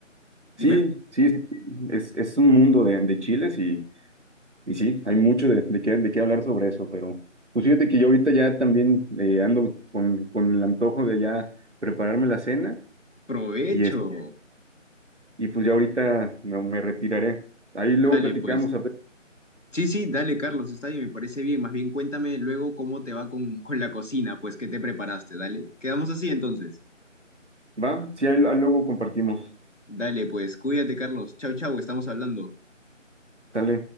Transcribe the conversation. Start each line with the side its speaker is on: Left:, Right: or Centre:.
Right: sí,
Left: Dime,
Right: sí, sí, sí, es, es un mundo de, de chiles y, y sí, hay mucho de, de qué, de qué hablar sobre eso, pero pues fíjate que yo ahorita ya también eh, ando con, con el antojo de ya prepararme la cena
Left: provecho.
Right: y, es, y pues ya ahorita me, me retiraré. Ahí luego
Left: Dale,
Right: platicamos,
Left: pues.
Right: a ver,
Left: Sí, sí, dale, Carlos, está bien, me parece bien. Más bien cuéntame luego cómo te va con, con la cocina, pues, qué te preparaste, dale. Quedamos así entonces.
Right: ¿va? Sí, ahí ahí luego compartimos.
Left: Dale, pues, cuídate, Carlos. Chau, chau, estamos hablando.
Right: Dale.